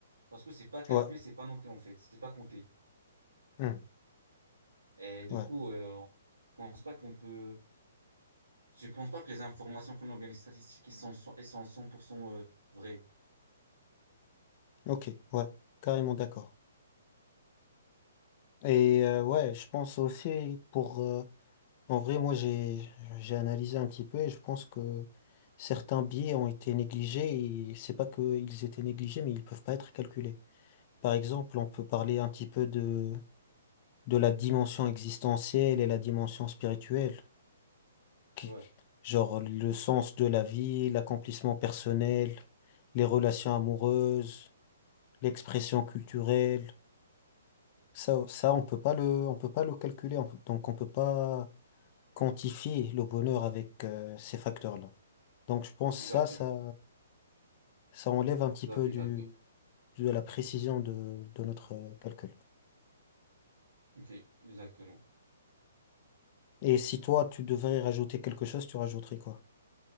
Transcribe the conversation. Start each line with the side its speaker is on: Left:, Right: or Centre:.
Right: Parce que c'est pas calculé,
Left: ouais,
Right: c'est pas noté, en fait. C'est pas compté.
Left: hmm,
Right: Et du
Left: ouais,
Right: coup, euh, je pense pas qu'on peut, je pense pas que les informations qu'on a, ou bien les statistiques, ils sont, elles sont 100% euh, vraies.
Left: ok, ouais, carrément d'accord. Et euh, ouais, je pense aussi pour. euh, en vrai, moi, j'ai j'ai analysé un petit peu et je pense que certains biais ont été négligés et c'est pas qu'ils étaient négligés, mais ils peuvent pas être calculés. Par exemple, on peut parler un petit peu de, de la dimension existentielle et la dimension spirituelle. qui-
Right: Ouais,
Left: genre le sens de la vie, l'accomplissement personnel, les relations amoureuses, l'expression culturelle. Ça, ça, on peut pas le, on peut pas le calculer. on peut- donc, on peut pas quantifier le bonheur avec euh, ces facteurs-là. Donc, je pense
Right: exactement.
Left: ça, ça, ça enlève un
Right: Je
Left: petit
Right: suis Tout
Left: peu
Right: à fait
Left: du,
Right: d'accord.
Left: de la précision de, de notre euh, calcul.
Right: Ok, exactement.
Left: Et si toi, tu devrais rajouter quelque chose, tu rajouterais quoi?